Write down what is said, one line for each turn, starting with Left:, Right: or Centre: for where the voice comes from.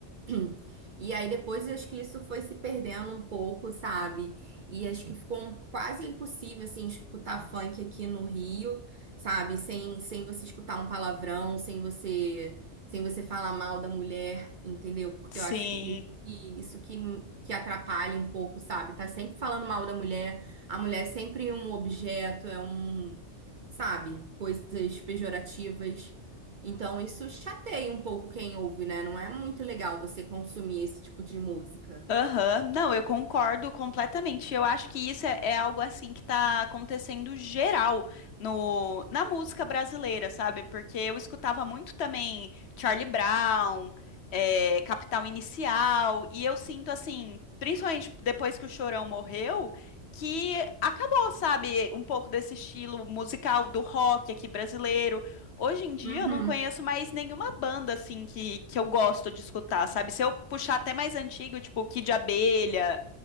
Right: <clears throat> e aí depois eu acho que isso foi se perdendo um pouco, sabe? E acho que ficou um- quase impossível, assim, escutar funk aqui no Rio, sabe? Sem, sem você escutar um palavrão, sem você, sem você falar mal da mulher, entendeu? Porque
Left: sim.
Right: eu acho isso que, isso que, que atrapalha um pouco, sabe? Tá sempre falando mal da mulher, a mulher é sempre um objeto, é um, sabe? Coisas pejorativas. Então isso chateia um pouco quem ouve, né? Não é muito legal você consumir esse tipo de música.
Left: Aham, Não, eu concordo completamente. Eu acho que isso é, é algo assim que está acontecendo geral no, na música brasileira, sabe? Porque eu escutava muito também Charlie Brown, eh, Capital Inicial, e eu sinto assim, principalmente depois que o Chorão morreu, que acabou, sabe, um pouco desse estilo musical do rock aqui brasileiro. Hoje em dia
Right: Uhum.
Left: eu não conheço mais nenhuma banda assim que, que eu gosto de escutar, sabe? Se eu puxar até mais antigo, tipo Kid Abelha,